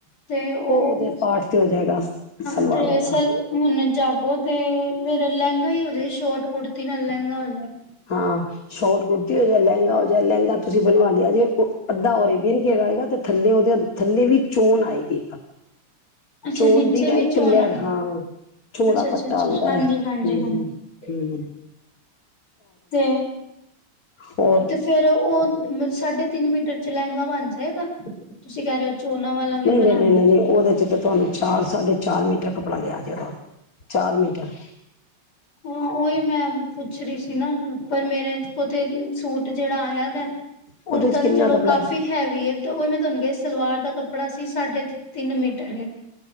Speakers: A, on the left (about 85°); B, on the left (about 40°).
A: ਤੇ ਉਹ
B: ਉਹਦੇ ਪਾਠ ਤੇ ਹੋ ਜਾਏਗਾ
A: ਹਾਂ
B: ਸਲਵਾਰ
A: ਤੇ
B: ਵਾਲਾ
A: ਸਰ ਹੁਣੇ <unintelligible> ਓਹ ਤੇ ਫਿਰ ਲਹਿੰਗਾ ਹੀ ਹੋਜੇ ਸ਼ੋਰਟ ਕੁੜਤੀ ਨਾਲ ਲਹਿੰਗਾ ਹੋਜੇ
B: ਹਾਂ ਸ਼ੋਰਟ ਕੁੜਤੀ ਹੋਜੇ ਲਹਿੰਗਾ ਹੋਜੇ ਲਹਿੰਗਾ ਤੁਸੀਂ ਬਣਵਾ ਲਿਆ ਜੇ ਉਹ ਅੱਧਾ ਓਰੇਬੀਅਨ ਘੇਰਾ ਆਏਗਾ ਤੇ ਥੱਲੇ ਉਹਦੇ ਥੱਲੇ ਵੀ ਚੋਣ ਆਏਗੀ
A: ਅੱਛਾ
B: ਚੋਣ
A: ਨੀਚੇ
B: ਦੀ ਨਾ
A: ਵੀ
B: ਇੱਕ
A: ਚੋਣਾ
B: ਲੈਰ ਹਾਂ ਚੌੜਾ
A: ਅੱਛਾ ਅੱਛਾ
B: ਪੱਟਾ
A: ਅੱਛਾ
B: ਹੁੰਦਾ
A: ਹਾਂਜੀ
B: ਹਮ
A: ਹਾਂਜੀ ਹਾਂਜੀ ਤੇ
B: ਹੋਰ
A: ਤੇ ਫੇਰ ਉਹ ਸਾਢੇ ਤਿੰਨ ਮੀਟਰ ਚ ਲਹਿੰਗਾ ਬਣ ਜਾਏਗਾ ਤੁਸੀਂ ਕਹਿ ਰਹੇ ਹੋ ਚੋਨਾ ਵਾਲਾ ਵੀ
B: ਨਹੀਂ
A: ਬਣਾਣਾ
B: ਨਹੀਂ ਨਹੀਂ ਨਹੀਂ ਨਹੀਂ ਉਹਦੇ ਚ ਤੇ ਤੁਵਾਨੁ ਚਾਰ ਸਾਢੇ ਚਾਰ ਮੀਟਰ ਕੱਪੜਾ ਲਿਆ ਕੇ ਨਾ ਚਾਰ ਮੀਟਰ
A: ਹਾਂ ਓਹੀ ਮੈਂ ਪੁੱਛ ਰਹੀ ਸੀ ਨਾ ਪਰ ਮੇਰੇ ਓ ਤੇ ਸੂਟ ਜਿਹੜਾ ਆਇਆ ਦਾ
B: ਉਹਦੇ
A: ਕੁਰਤਾ
B: ਚ ਕਿੰਨਾ
A: ਤੇ ਚਲੋ
B: ਕੱਪੜਾ
A: ਕਾਫ਼ੀ ਹੈਵੀ ਏ ਤੇ ਉਹ ਮੈਂ ਤੁਹਾਨੂੰ ਕਿਹਾ ਸੀ ਸਲਵਾਰ ਦਾ ਕੱਪ ਕੱਪੜਾ ਸੀ ਸਾਢੇ ਤਿੰਨ ਮੀਟਰ